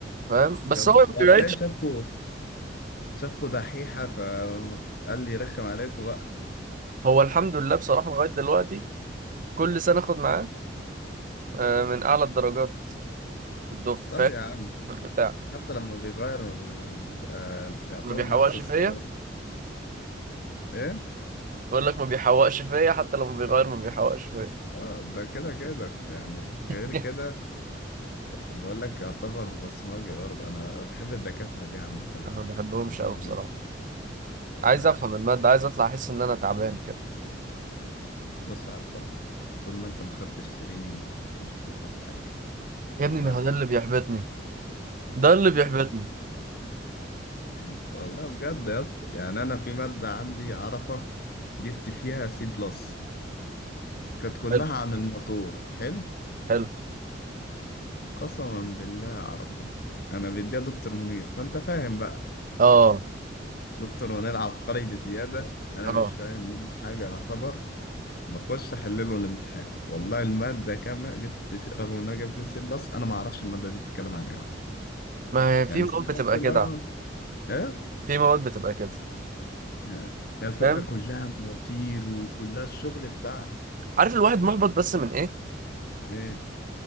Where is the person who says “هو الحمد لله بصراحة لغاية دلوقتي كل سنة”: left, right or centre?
Right